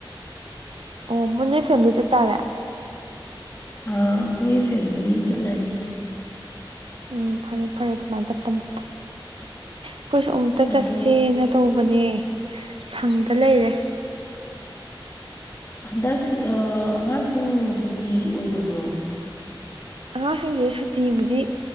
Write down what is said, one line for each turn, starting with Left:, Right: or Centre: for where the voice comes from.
Right: ꯑꯣ ꯃꯣ ꯅꯣꯏ ꯐꯦꯝꯂꯤ ꯆꯠꯇꯥꯥꯔꯦ
Left: ꯑꯥ ꯑꯩꯈꯣꯏ ꯐꯦꯝꯂꯤ ꯆꯠꯂꯅꯤ
Right: ꯎꯝ ꯐꯔꯦ ꯐꯔꯦ ꯑꯗꯨꯃꯥꯏꯅ ꯆꯠꯄꯅ ꯑꯈꯣꯏꯁꯨ ꯑꯃꯨꯛꯇ
Left: ꯑꯗꯣ
Right: ꯆꯠꯁꯦꯅ ꯇꯧꯕꯅꯦ ꯁꯪꯗ ꯂꯩꯔꯦ
Left: ꯍꯟꯗꯛ ꯁꯨ ꯑꯥ ꯑꯉꯥꯡꯁꯤꯡ ꯁꯨꯇꯤ ꯑꯣꯏꯗꯕ꯭ꯔꯣ
Right: ꯑꯉꯥꯡꯁꯤꯡꯁꯦ ꯁꯨꯇꯤꯕꯨꯗꯤ